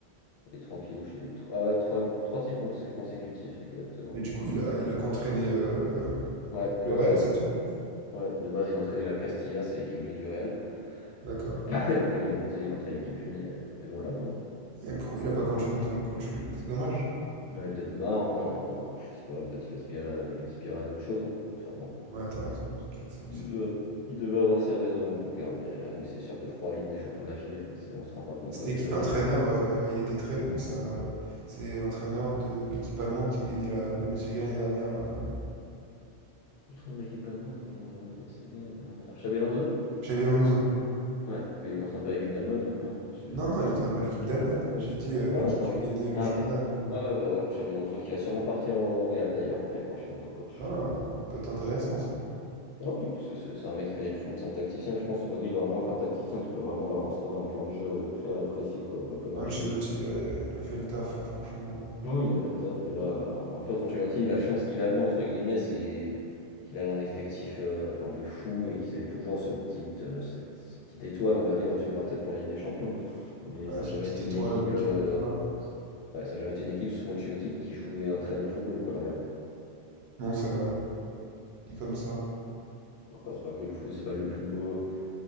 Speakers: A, on the left; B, on the right.
A: Il est tranquillou chez lui. Tro- Ah ouais, trois, trois titres consé- consécutifs, exactement.
B: Mais du coup, il a, il a qu'entraîné euh,
A: Ouais, que
B: le Real,
A: le Real.
B: c'est tout?
A: Ouais, de base, il entraînait la Castilla, c'est l'équipe 2 du Real.
B: D'accord.
A: <coughs> <clears throat> Et après, il est monté, il a entraîné l'équipe 1, et, et voilà, quoi.
B: Et pourquoi il a pas continué en tant que coach, lui? C'est dommage.
A: Il en avait peut-être marre, hein. Alors, je sais pas, peut-être il aspirait à, il aspirait à d'autres choses, hein, sûrement.
B: Ouais, t'as raison, c'est peut-être ça aussi.
A: Il devait, il devait avoir ses raisons en tout cas, mais euh, oui, c'est sûr que trois Ligues des Champions d'affilée, enfin, c'est- on se rend pas compte,
B: C'était
A: quoi, déjà
B: qui
A: la
B: l'entraîneur?
A: gagner.
B: euh, il était très bon, ça. C'est l'entraîneur de l'équipe allemande qui a gagné la Bundesliga l'année dernière, là. euh,
A: Contre un mec qui est pas de monde qui a gagné la Bundesliga l'année dernière. Xabi Alonso?
B: Xabi Alonso.
A: Ouais, mais il entraîne pas l'équipe d'Allemagne après, hein, si jamais.
B: Non, non, il n'entraîne pas l'équipe d'Allemagne.
A: Ouais,
B: J'ai dit euh,
A: ouais,
B: l'équipe
A: ouais, ça.
B: qui a gagné le
A: Ah,
B: championnat
A: ok.
B: en Allemagne.
A: Ouais, ouais, bah ouais, Xabi Alonso qui va sûrement partir au Real d'ailleurs, l'année prochaine en tant que coach.
B: Ah, peut être intéressant, ça.
A: Ouais, oui, parce que c'est c'est un mec qui connaît le foot, c'est un tacticien, et je pense au Madrid, il leur manque un tacticien qui peut vraiment leur instaurer un plan de jeu clair et précis, quoi, pas comme
B: Ancelotti,
A: Ancelotti
B: là, il a, il a fait le taf, hein, franchement.
A: Oui, il a fait le taf, mais là, en fait, Ancelotti, la chance qu'il avait, entre guillemets, c'est qu'il avait un effectif euh, enfin, de fou et qu'ils avaient toujours ce petit, euh, cette, cette petite étoile, on va dire, au-dessus de leur tête pour la Ligue des Champions. Mais
B: Ouais,
A: ça
B: cette
A: n'a jamais
B: petite
A: été
B: étoile
A: une équipe,
B: avec
A: euh,
B: euh, Bavard.
A: ouais, ça a jamais été une équipe sous Ancelotti qui jouait un très beau football, quoi, le Real.
B: Non, c'est vrai. Dit comme ça.
A: Après, c'est pas que le foot, c'est pas le plus beau,